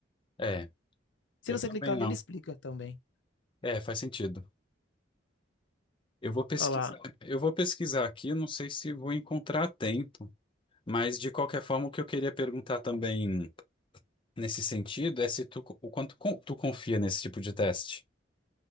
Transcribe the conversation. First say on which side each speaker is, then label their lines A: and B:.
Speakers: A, on the left; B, on the left.
A: É,
B: Se
A: eu
B: você
A: também
B: clicar ali,
A: não.
B: ele explica também.
A: É, faz sentido. Eu vou pesquisar,
B: Olha lá.
A: eu vou pesquisar aqui, eu não sei se vou encontrar a tempo. Mas de qualquer forma, o que eu queria perguntar também nesse sentido é se tu o quanto con- tu confia nesse tipo de teste.